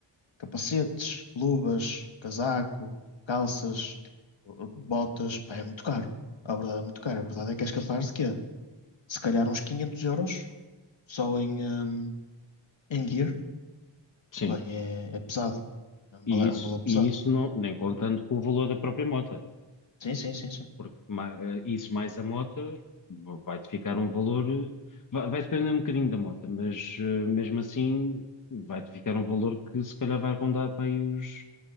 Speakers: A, on the left; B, on the left.
A: capacetes, luvas, casaco, calças, tipo, botas, pá, é muito caro. A verdade é muito caro. A verdade é que és capaz de quê? Se calhar uns 500 euros só em, hum, em gear.
B: sim.
A: Bem, é, é pesado. É um
B: E
A: valor,
B: isso,
A: é um valor pesado.
B: e isso não, nem contando com o valor da própria moto.
A: Sim, sim, sim, sim.
B: porque ma- eh, isso mais a moto va- vai-te ficar um valor, eh, vai, vai depender um bocadinho da moto, mas eh, mesmo assim vai-te ficar um valor que se calhar vai rondar para aí os